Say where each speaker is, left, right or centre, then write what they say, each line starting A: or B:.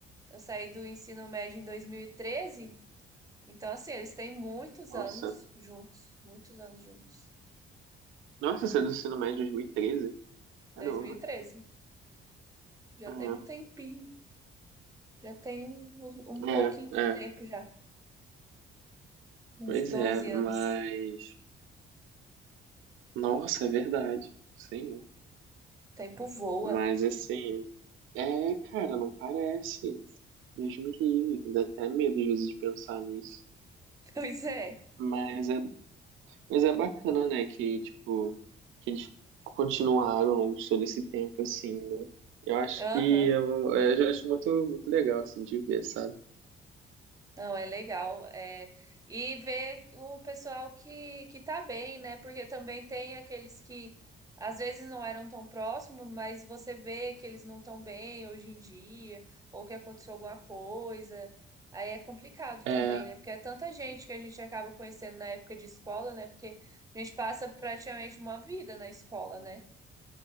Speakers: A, on the right; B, on the right.
A: eu saí do ensino médio em 2013, então assim, eles têm muitos
B: Nossa.
A: anos juntos, muitos anos juntos.
B: Nossa, saiu do ensino médio em dois mil e treze Caramba.
A: 2013, já
B: Ah,
A: tem um tempinho, já tem um, um pouquinho
B: é,
A: de
B: é,
A: tempo já, uns
B: pois
A: 12
B: é, mas.
A: anos.
B: Nossa, é verdade. sim
A: O tempo voa.
B: Mas assim. É, cara, não parece. Deus me livre, dá até medo às vezes de pensar nisso.
A: <laughs> Pois é.
B: Mas é, mas é bacana, né, que, tipo, que eles continuaram ao longo de todo esse tempo, assim, né? Eu acho
A: Aham.
B: que eu, eu acho muito, muito legal, assim, de ver, sabe?
A: Não, é legal. É... E ver o pessoal que, que tá bem, né? Porque também tem aqueles que às vezes não eram tão próximos, mas você vê que eles não estão bem hoje em dia, ou que aconteceu alguma coisa. Aí é complicado
B: É,
A: também, né? Porque é tanta gente que a gente acaba conhecendo na época de escola, né? Porque a gente passa praticamente uma vida na escola, né?